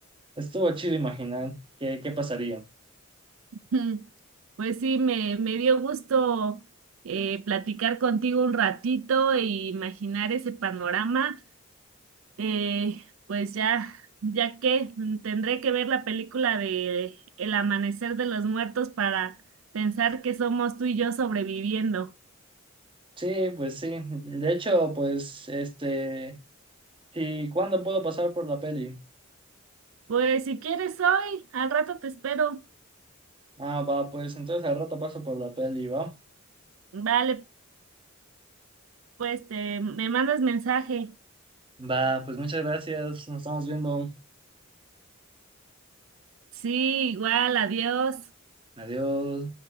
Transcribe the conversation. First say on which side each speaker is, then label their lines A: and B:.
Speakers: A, on the right (about 25°); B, on the right (about 75°).
A: Estuvo chido imaginar qué, qué pasaría.
B: Ujú. Pues sí, me, me dio gusto eh, platicar contigo un ratito e imaginar ese panorama. Eh, pues ya, ya que tendré que ver la película de El amanecer de los muertos para pensar que somos tú y yo sobreviviendo.
A: Sí, pues sí. De hecho, pues, este, ¿y cuándo puedo pasar por la peli?
B: Pues si quieres hoy, al rato te espero.
A: Ah, va, pues entonces al rato paso por la peli, va.
B: Vale, pues te me mandas mensaje.
A: Va, pues muchas gracias. Nos estamos viendo.
B: Sí, igual, adiós.
A: Adiós.